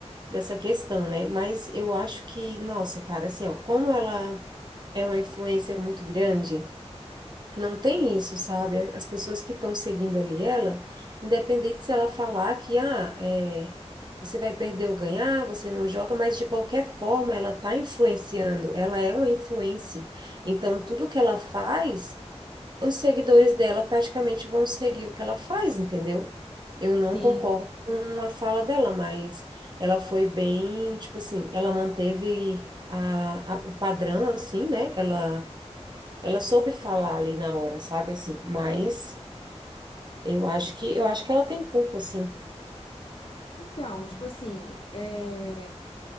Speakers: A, on the right; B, on the left.
A: dessa questão, né? Mas eu acho que, nossa, cara, assim, ó, como ela é uma influência muito grande, não tem isso, sabe? As pessoas que estão seguindo ali ela, independente se ela falar que, ah, é, você vai perder ou ganhar, você não joga, mas de qualquer forma ela tá influenciando, ela é uma influência. Então, tudo que ela faz os seguidores dela praticamente vão seguir o que ela faz, entendeu? Eu não
B: Sim.
A: concordo com a fala dela, mas ela foi bem, tipo assim, ela manteve a, a- o padrão, assim, né? Ela, ela soube falar ali na hora, sabe, assim, mas eu acho que, eu acho que ela tem culpa, assim.
B: Então, tipo assim, é,